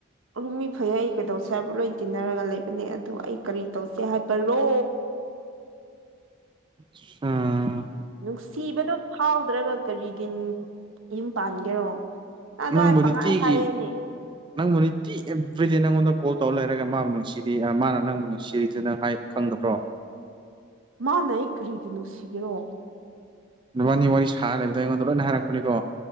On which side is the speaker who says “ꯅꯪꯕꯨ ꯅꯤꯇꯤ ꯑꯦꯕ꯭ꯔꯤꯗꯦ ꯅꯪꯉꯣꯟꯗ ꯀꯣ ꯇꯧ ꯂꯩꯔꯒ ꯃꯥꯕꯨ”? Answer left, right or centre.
Right